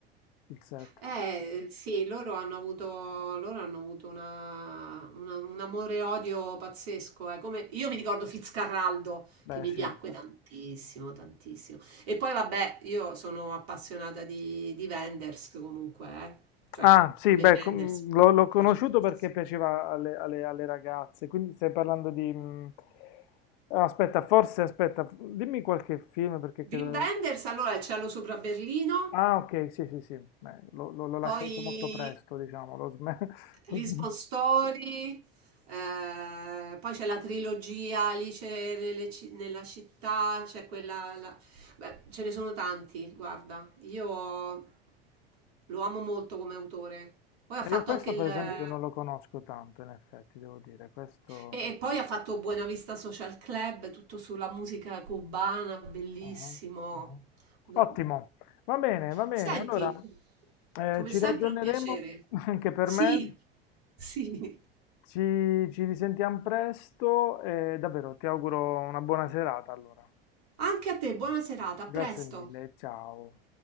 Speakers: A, on the left; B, on the right.
A: sul set.
B: Eh sì, loro hanno avuto, loro hanno avuto una- una- un amore e odio pazzesco. eh. Come- io mi ricordo Fitzcarraldo
A: Beh,
B: che mi
A: sì.
B: piacque tantissimo, tantissimo. E poi vabbè, io sono appassionata di, di Wenders comunque, eh. Cioè,
A: Ah, sì,
B: a me
A: beh,
B: Wenders
A: com- l'ho l'ho
B: piace
A: conosciuto
B: tantissimo.
A: perché piaceva alle, alle- alle ragazze, quindi stai parlando di... mm, Aspetta, forse, aspetta, dimmi qualche film perché credo...
B: Wim Wenders, allora Il cielo sopra Berlino,
A: Ah, ok, sì, sì, sì, beh, l'ho l'ho- l'ho lasciato
B: poi
A: molto presto, diciamo, l'ho sme- <laughs>
B: Lisbon
A: l'ho sm-
B: Story, eh, poi c'è la trilogia Alice nelle ci- nella città, c'è quella... la- Beh, ce ne sono tanti, guarda. Io lo amo molto come autore. Poi ha
A: Eh,
B: fatto
A: Io questo,
B: anche il...
A: per
B: E,
A: esempio, non lo conosco tanto, in effetti, devo dire, questo...
B: e poi ha fatto Buena Vista Social Club, tutto sulla musica cubana, bellissimo.
A: ah.
B: Do-
A: Ottimo, va bene, va bene,
B: Senti,
A: allora eh,
B: come
A: ci
B: sempre
A: ragioneremo
B: un piacere.
A: <laughs> anche per
B: Sì,
A: me.
B: sì.
A: Ci, ci risentiamo presto e davvero ti auguro una buona serata allora.
B: Anche a te buona serata, a presto!
A: Grazie mille, ciao.